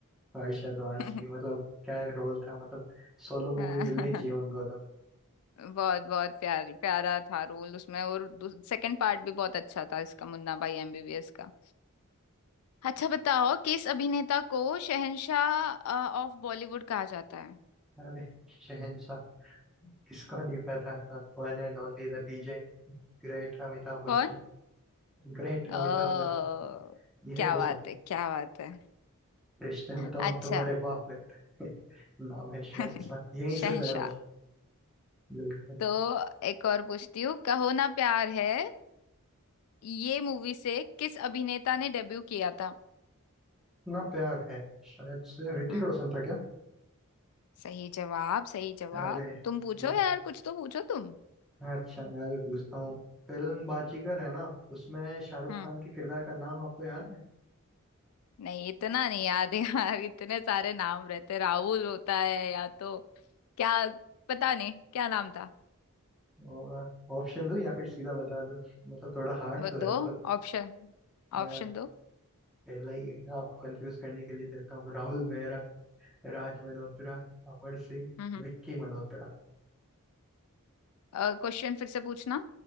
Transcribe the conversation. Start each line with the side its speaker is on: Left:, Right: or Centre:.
Centre: अरशद वारसी
Left: <laughs>
Centre: मतलब क्या रोल था मतलब सोलो
Left: बहुत
Centre: मूवी मिलनी चाहिए उनको तो
Left: बहुत प्यारी प्यारा था रोल उसमें और सेकंड पार्ट भी बहुत अच्छा था इसका मुन्ना भाई एमबीबीएस का अच्छा बताओ किस अभिनेता को शहंशाह ऑफ बॉलीवुड कहा जाता है
Centre: अरे शहंशाह किसको नहीं पता One and only the legend great Amitabh Bachchan
Left: कौन
Centre: Great
Left: ओ
Centre: Amitabh Bachchan ये
Left: क्या
Centre: तो
Left: बात है क्या बात है
Centre: रिश्ते में तो
Left: अच्छा
Centre: हम तुम्हारे बाप लगते हैं <laughs> नाम है शहंशाह
Left: <laughs>
Centre: यहीं
Left: शहंशाह
Centre: से फेमस बिल्कुल
Left: तो एक और पूछती हूँ कहो ना प्यार है ये मूवी से किस अभिनेता ने डेब्यू किया था
Centre: इतना प्यार है शायद से ऋतिक
Left: हम्म
Centre: रोशन था क्या
Left: सही जवाब सही जवाब
Centre: अरे
Left: तुम पूछो
Centre: मैं
Left: यार कुछ तो पूछो तुम
Centre: अच्छा मैं भी पूछता हूँ फिल्म बाजीगर है ना उसमें शाहरुख
Left: हम्म
Centre: खान के किरदार का नाम आपको याद है
Left: नहीं इतना नहीं याद है यार इतने सारे नाम रहते राहुल होता है या तो क्या पता नहीं क्या नाम था
Centre: और ऑप्शन दूं या फिर सीधा बता दूं मतलब थोड़ा हार्ड
Left: वो
Centre: तो है
Left: दो
Centre: मतलब
Left: ऑप्शन
Centre: अ,
Left: ऑप्शन दो
Centre: पहले ही आपको कंफ्यूज करने के लिए देता हूँ राहुल मेहरा राज मल्होत्रा अमर सिंह
Left: हम्म
Centre: विक्की मल्होत्रा।
Left: क्वेश्चन फिर से पूछना